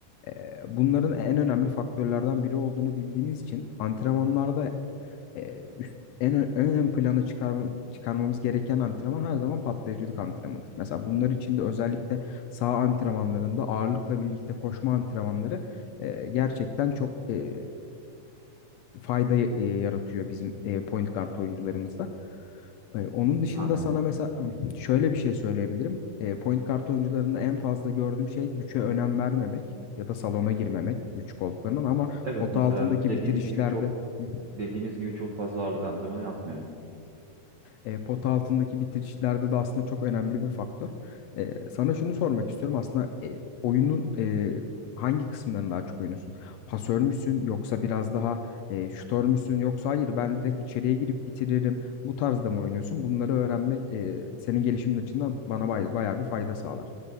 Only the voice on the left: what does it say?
e, bunların en önemli faktörlerden biri olduğunu bildiğimiz için antrenmanlarda e, üst- en, ö- en ön plana çıkarma, çıkarmamız gereken antrenman her zaman patlayıcılık antrenmanıdır. Mesela bunlar için de özellikle sağ antrenmanlarında ağırlıkla birlikte koşma antrenmanları e, gerçekten çok e, fayda y- e, yaratıyor bizim e, point guard oyuncularımızda. E, onun
dışında
sana mesela şöyle bir şey söyleyebilirim. E, point guard oyuncularında en fazla gördüğüm şey güçe önem vermemek ya da salona girmemek güç olduklarından ama
pota
altındaki
bitirişlerde.
Hı.
E, pota altındaki bitirişlerde de aslında çok önemli bir faktör. E, sana şunu sormak istiyorum. Aslında e, oyunun e, hangi kısımlarını daha çok oynuyorsun? Pasör müsün yoksa biraz daha e, şutör müsün yoksa hayır ben direkt içeriye girip bitiririm. Bu tarzda mı oynuyorsun? Bunları öğrenmek e, senin gelişimin açısından bana bay- bayağı bir fayda sağlar.